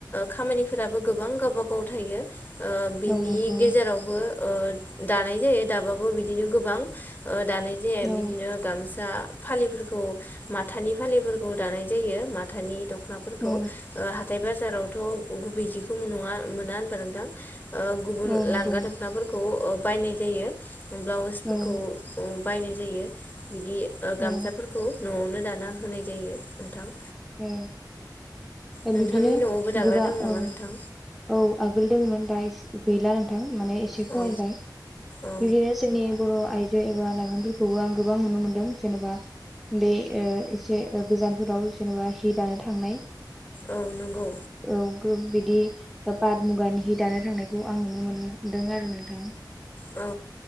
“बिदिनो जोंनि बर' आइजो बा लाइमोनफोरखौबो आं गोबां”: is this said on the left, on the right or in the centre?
Centre